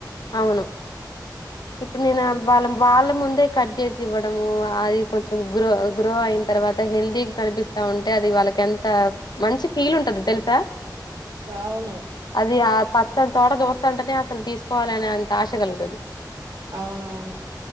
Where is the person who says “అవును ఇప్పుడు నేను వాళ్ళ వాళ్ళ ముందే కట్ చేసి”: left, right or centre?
Left